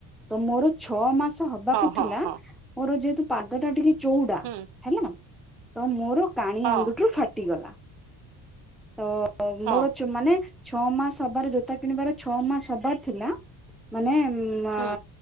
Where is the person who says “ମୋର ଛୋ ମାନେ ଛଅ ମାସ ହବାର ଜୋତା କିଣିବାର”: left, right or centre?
Centre